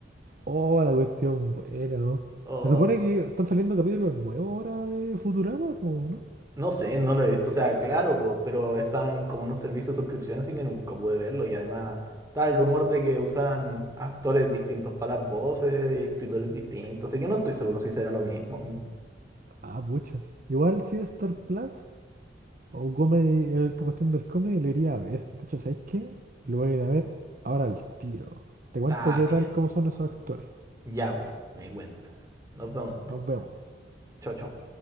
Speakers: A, on the right (about 45°); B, on the right (about 20°).
A: Oh, la cuestión buena, ¿no?
B: O,
A: Se supone que están saliendo capítulos nuevos ahora de Futurama, po, ¿no?
B: no sé, no lo he visto, o sea, claro, po, pero están como en un servicio de suscripción, así que nunca pude verlo. Y además está el rumor de que usan actores distintos para las voces y escritores distintos, así que no estoy seguro si será lo mismo. Mm,
A: Ah, pucha. Igual si es Star Plus o Comedy, esta cuestión del comedy lo iría a ver. De hecho, ¿sabéis qué? Lo voy a ir a ver ahora al tiro. Te
B: Está
A: cuento qué
B: bien,
A: tal, cómo son esos actores.
B: ya, po, me cuentas. Nos vemos entonces.
A: Nos vemos.
B: chao chao